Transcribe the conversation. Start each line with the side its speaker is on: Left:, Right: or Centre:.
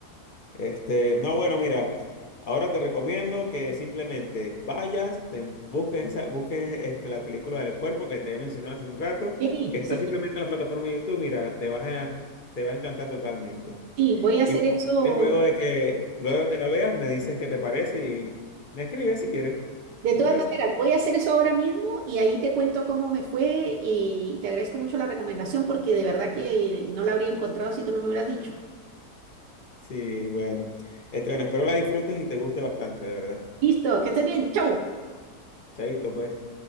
Left: Este, no, bueno, mira, ahora te recomiendo que simplemente vayas, te busques esa, busques este, la película del cuerpo que te había mencionado hace un rato,
Right: Sí,
Left: que está
Right: sí,
Left: simplemente en la plataforma de YouTube, mira, te vas a, te va a encantar totalmente.
Right: sí, voy a
Left: Y
Right: hacer
Left: bueno,
Right: eso.
Left: si quieres, luego de que, luego de que la veas, me dices qué te parece y me escribes si quieres.
Right: De
Left: ¿Te
Right: todas
Left: parece?
Right: maneras, voy a hacer eso ahora mismo y ahí te cuento cómo me fue eh, y te agradezco mucho la recomendación porque de verdad que no la habría encontrado si tú no me hubieras dicho.
Left: Sí, bueno. Este, bueno, espero la disfrutes y te guste bastante, de verdad.
Right: Listo, que estés bien. Chau.
Left: Chaito, pues.